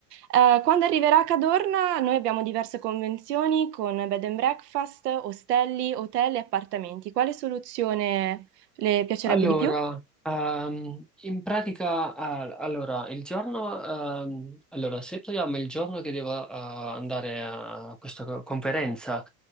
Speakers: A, on the right; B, in the centre.
A: Eh, quando arriverà a Cadorna, noi abbiamo diverse convenzioni con bed and breakfast, ostelli, hotel e appartamenti. Quale soluzione le piacerebbe
B: Allora,
A: di più?
B: ehm, in pratica, ah, allora, il giorno, ehm, allora, se togliamo il giorno che devo, eh, andare a questa co- conferenza,